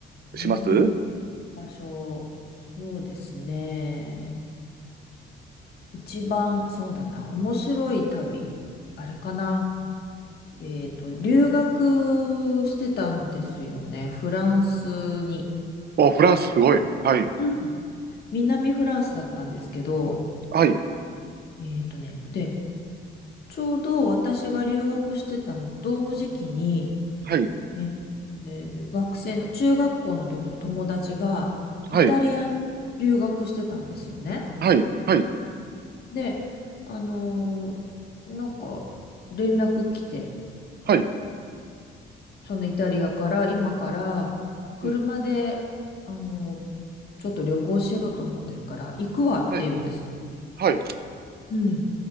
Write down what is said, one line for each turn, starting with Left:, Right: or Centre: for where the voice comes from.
Left: 思い出に残ってる場所、
Right: します
Left: そうですね。一番、そうだな、面白い旅、あれかな。えっと、留学してたんですよね。フランスに。
Right: お、フランスすごい。はい、
Left: うん。南フランスだったんですけど、
Right: はい、
Left: えっとね、で、ちょうど私が留学してたの同時期に、
Right: はい、
Left: えーえー学生の、中学校の時の友達が、イタリアに留学してたんですよね。
Right: はい、はい、はい、
Left: で、あのーなんか、連絡来て、
Right: はい、
Left: そのイタリアから、今から、車で、
Right: うん、
Left: あのーちょっと旅行しようと思ってるから、行くわって言うんですよ。
Right: はい、はい、
Left: うん。